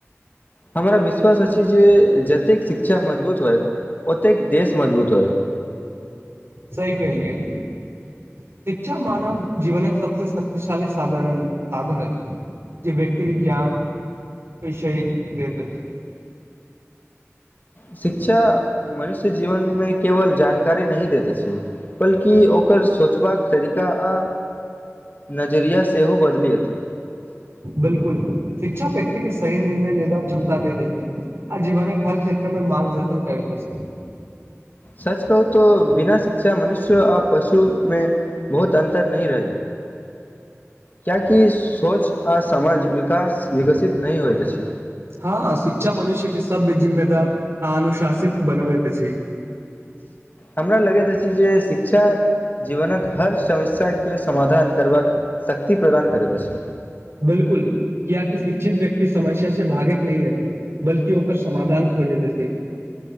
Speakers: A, on the left (about 40°); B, on the right (about 55°).
A: हमरा विश्वास अछि जे जतेक शिक्षा मजबूत होए ओतेक देश मजबूत होएत
B: सही कहलियए शिक्षा मानव जीवन सब से शक्तिशाली साधन अछि जे व्यक्ति के ज्ञान विषय देत अछि
A: शिक्षा मनुष्य जीवन मे केवल जानकारी नही देत अछि बल्कि ओकर सोचबाक तरीका आ नजरिया सेहो बदले अथि
B: बिल्कुल शिक्षा व्यक्ति के सही निर्णय लेबाकऽ क्षमता दैत अैछि आ जीवन कऽ हर क्षेत्र मे मारगदर्शन करैत अछि
A: सच कहू तऽ बिना शिक्षा मनुष्य आ पशु मे बहुत अन्तर नही रहैत किया कि स्वच्छ आ समझ विकास विकसित नहि होइत अछि
B: हा शिक्षा मनुष्य के सभ जिम्मेदार आ अनुशासित बनबैत अछि
A: हमरा लगैत अछि जे शिक्षा। जीवनक हर समस्या के समाधान करबाकऽ शक्ति प्रदान करैत अछि
B: बिल्कुल कियाकि शिक्षित व्यक्ति समस्या से भागैत नै हा अछि बल्कि ओकर समाधान खोजै तऽ अछि